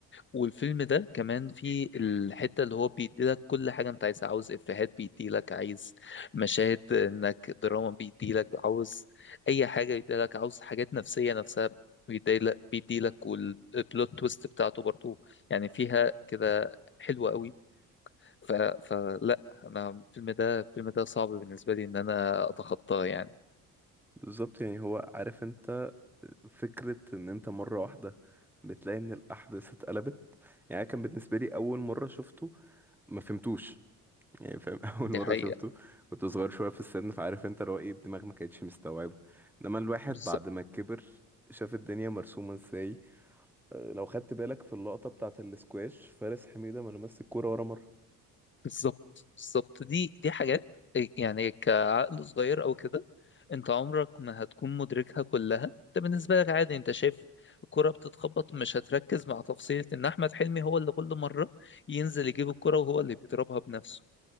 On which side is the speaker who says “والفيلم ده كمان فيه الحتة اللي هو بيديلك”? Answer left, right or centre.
Left